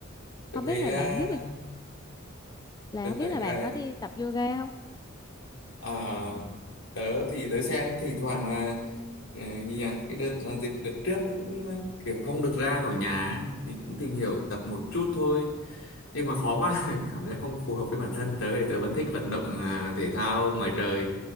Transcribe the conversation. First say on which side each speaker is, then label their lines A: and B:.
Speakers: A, on the left (about 75°); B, on the left (about 20°).
A: tôi
B: Không
A: thấy
B: biết là
A: à,
B: bạn biết về- là
A: tôi
B: không biết
A: thấy
B: là
A: à,
B: bạn có đi tập yoga không?
A: à, tớ thì tớ xem thỉnh thoảng là ờ, như nhỉ cái đợt là dịch đợt trước nó cũng ờ, kiểu không được ra khỏi nhà ấy, thì cũng tìm hiểu tập một chút thôi nhưng mà khó quá <laughs> cảm giác không phù hợp với bản thân tớ thì tớ vẫn thích vận động à, thể thao ngoài trời